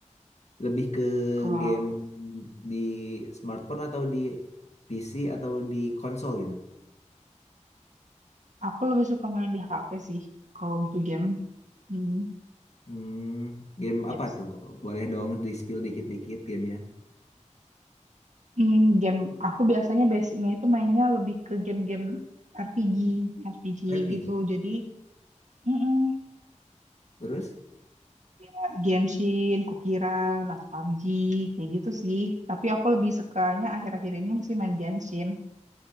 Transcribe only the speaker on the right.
Kalau
aku,
aku lebih suka main di HP sih, kalau untuk game. Mm,
Yes.
Hmm, game aku biasanya basicnya itu mainnya lebih ke game-game RPG, RPG
gitu. Jadi, mm
kayak Genshin, Kukiran, atau PUBG, kayak gitu sih. Tapi aku lebih sukanya akhir-akhir ini mesti main Genshin.